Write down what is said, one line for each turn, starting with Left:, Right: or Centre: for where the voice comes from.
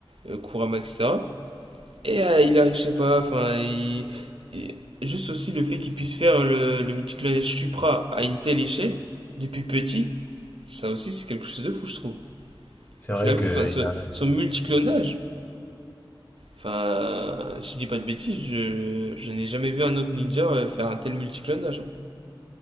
Right: euh, Kurama, etc. Et euh, il arrive, je sais pas, enfin, il- il- juste aussi le fait qu'il puisse faire le, le multiclonage Supra à une telle échelle, depuis petit, ça aussi c'est quelque chose de fou, je trouve.
Left: C'est
Right: Tu
Left: vrai
Right: l'as vu,
Left: que
Right: enfin, ce-
Left: il a-
Right: son multiclonage, enfin, si je dis pas de bêtises, je, je n'ai jamais vu un autre ninja euh, faire un tel multiclonage. hein.